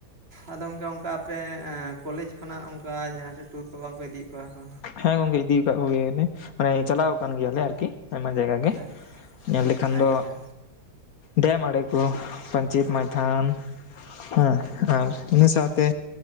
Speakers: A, on the right; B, on the left.
A: ᱟᱫᱚ ᱜᱚᱢᱠᱮ ᱚᱱᱠᱟ ᱟᱯᱮ ᱠᱚᱞᱮᱡᱽ ᱠᱷᱚᱱᱟᱜ ᱚᱝᱠᱟ ᱡᱟᱦᱟᱸ ᱥᱮᱫ ᱴᱩᱨ ᱠᱚ ᱵᱟᱝᱠᱚ ᱤᱫᱤᱭᱮᱫ ᱠᱚᱣᱟ ᱠᱚ?
B: ᱦᱮᱸ ᱜᱚᱝᱠᱮ ᱤᱫᱤᱠᱟᱫ ᱠᱚᱜᱮᱭᱟᱞᱮ ᱢᱟᱱᱮ ᱪᱟᱞᱟᱣ ᱟᱠᱟᱱ ᱜᱮᱭᱟᱞᱮ ᱟᱨᱠᱤ᱾ ᱟᱭᱢᱟ ᱡᱟᱭᱜᱟ ᱜᱮ,
A: ᱟᱪᱪᱷᱟ
B: ᱧᱮᱞ ᱞᱮᱠᱷᱟᱱ
A: ᱟᱪᱪᱷᱟ
B: ᱫᱚ ᱰᱮᱢ ᱟᱲᱮ ᱠᱚ ᱯᱟᱧᱪᱮᱛ, ᱢᱟᱭᱫᱷᱟᱱ ᱦᱮᱸ, ᱟᱨ ᱤᱱᱟᱹ ᱥᱟᱶᱛᱮ